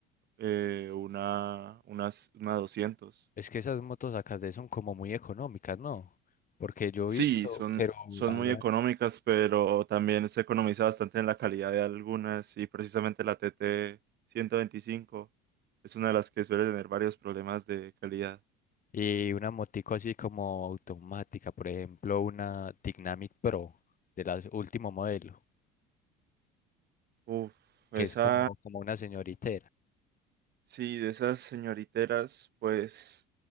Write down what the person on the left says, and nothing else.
Es que esas motos acá de son como muy económicas, ¿no? Porque yo
he visto,
pero
hablan-
Y una motico así como automática, por ejemplo, una Dynamic Pro de la último modelo,
que
es como, como una señorita.